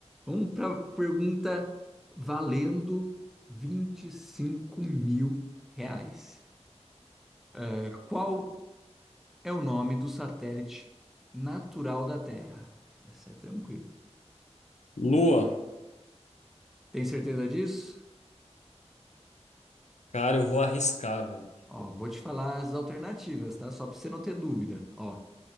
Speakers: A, in the centre; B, on the left.
A: Vamos para pergunta valendo vinte e cinco mil reais. É, Qual é o nome do satélite natural da Terra? Essa é tranquila.
B: Lua.
A: Tem certeza disso?
B: Cara, eu vou arriscar, velho.
A: Ó, vou te falar as alternativas, tá? Só para você não ter dúvida. Ó,